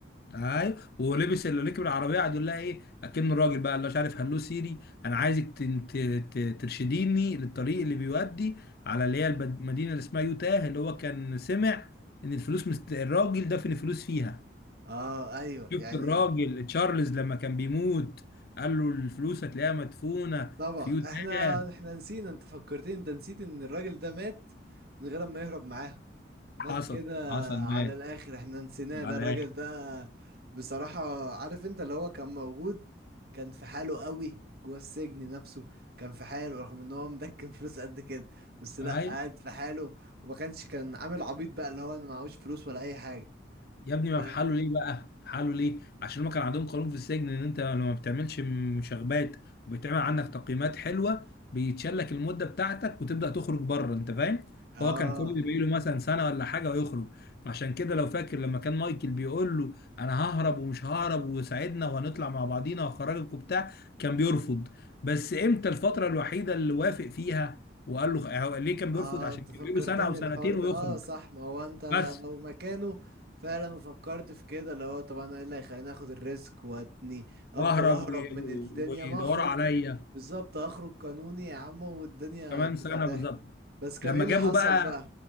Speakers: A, on the left (about 55°); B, on the right (about 55°).
A: ايوه ولبس اللي ركب العربيه قعد يقول لها ايه اكنه الراجل بقى اللي مش عارف هلو سيري انا عايزك تن- ت- ت- ترشديني للطريق اللي بيودي على اللي هي البد- المدينه اللي اسمها يوتاه اللي هو كان سمع ان الفلوس مست... الراجل دفن الفلوس فيها
B: اه ايوه
A: شفت
B: يعني
A: الراجل تشارلز لما كان بيموت قال له الفلوس هتلاقيها مدفونه
B: طبعا
A: في يوتاه
B: احنا احنا نسينا انت فكرتني انت نسيت ان الراجل ده مات من غير ما يهرب معاهم مات
A: حصل
B: كده
A: حصل
B: على
A: مات
B: الاخر احنا نسيناه
A: على
B: ده الراجل
A: الاخر
B: ده بصراحة عارف انت اللي هو كان موجود كان في حاله قوي جوه السجن نفسه كان في حاله رغم ان هو مدكن <laughs> فلوس قد كده بس لا
A: ايوه
B: قاعد في حاله وما كانش كان عامل عبيط بقى اللي هو انا معهوش فلوس ولا اي حاجة
A: يا ابني ما
B: فاهم
A: في حاله ليه بقى في حاله ليه عشان هما كان عندهم قانون في السجن ان انت لما ما بتعملش مشاغبات وبتعمل عندك تقييمات حلوه بيتشال لك المده بتاعتك وتبدا تخرج بره انت فاهم
B: اه
A: فهو كان كل اللي بيقول له مثلا سنه ولا حاجه ويخرج فعشان كده لو فاكر لما كان مايكل بيقول له انا ههرب ومش ههرب وساعدنا وهنطلع مع بعضينا وهخرجك وبتاع كان بيرفض بس امتى الفتره الوحيده اللي وافق فيها وقال له هو ليه كان بيرفض
B: اه
A: عشان
B: انت
A: كان
B: فكرتني
A: بيقول له سنه او سنتين
B: الحوار ده
A: ويخرج
B: اه صح ما هو انت
A: بس
B: لو مكانه فعلا وفكرت في كده اللي هو طب انا ايه اللي هيخليني اخد الريسك واتني افضل
A: واهرب
B: اهرب
A: و-
B: من الدنيا
A: ويدوروا
B: ما اخرج
A: عليا
B: بالظبط اخرج قانوني يا عم والدنيا
A: كمان
B: هتبقى
A: سنه
B: تحت
A: بالظبط
B: بس كان
A: لما
B: ايه اللي
A: جابوا
B: حصل
A: بقى
B: بقى